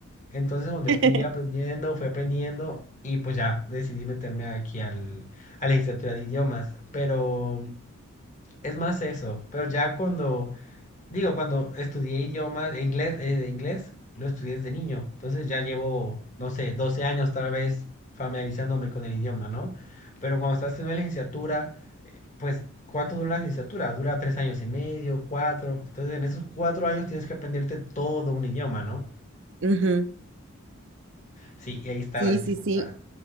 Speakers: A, on the left; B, on the right.
A: Entonces, donde
B: <laughs>
A: fui aprendiendo, fui aprendiendo y pues ya decidí meterme aquí al, a la licenciatura de idiomas. Pero es más eso. Pero ya cuando, digo, cuando estudié idiomas, inglés, eh, inglés, lo estudié desde niño. Entonces ya llevo, no sé, 12 años tal vez familiarizándome con el idioma, ¿no? Pero cuando estás haciendo la licenciatura, pues, ¿cuánto dura una licenciatura? Dura tres años y medio, cuatro. Entonces, en esos cuatro años tienes que aprenderte todo un idioma, ¿no?
B: Ujú.
A: Sí, y ahí está
B: Sí,
A: la dificultad.
B: sí, sí.